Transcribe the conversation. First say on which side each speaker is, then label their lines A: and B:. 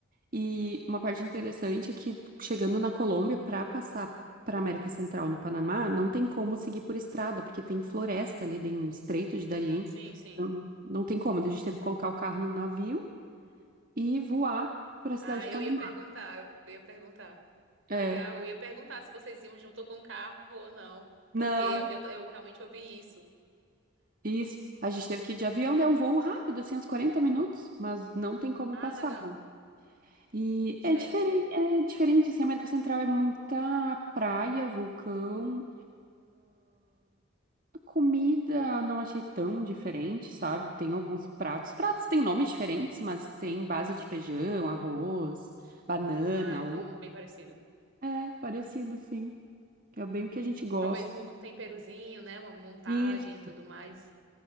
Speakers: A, on the right (about 40°); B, on the right (about 65°).
A: E uma parte interessante é que chegando na Colômbia, para passar para América Central no Panamá, não tem como seguir por estrada, porque tem floresta ali, tem um estreito de Darién.
B: Sim, sim.
A: Não, não tem como. Então, A gente teve que colocar o carro num navio e voar por a cidade
B: Ah,
A: de
B: eu
A: Panamá.
B: ia perguntar, eu ia perguntar.
A: É,
B: Legal, eu ia perguntar se vocês iam junto com o carro ou não,
A: não,
B: porque eu, eu, eu realmente ouvi isso.
A: isso. A gente teve que ir de avião, né? Um voo rápido, assim, uns 40 minutos, mas não tem como
B: Ah,
A: passar,
B: legal.
A: né? E
B: Sei,
A: é diferente,
B: sei.
A: é diferente, assim, a América Central é muita praia, vulcão. Comida não achei tão diferente, sabe? Tem alguns pratos. Pratos têm nomes diferentes, mas tem base de feijão, arroz, banana,
B: Ah, então
A: ou...
B: bem parecido.
A: É, parecido, sim. Que é bem o que a gente gosta.
B: Talvez mude um temperozinho, né? Uma montagem
A: Isso,
B: e tudo mais.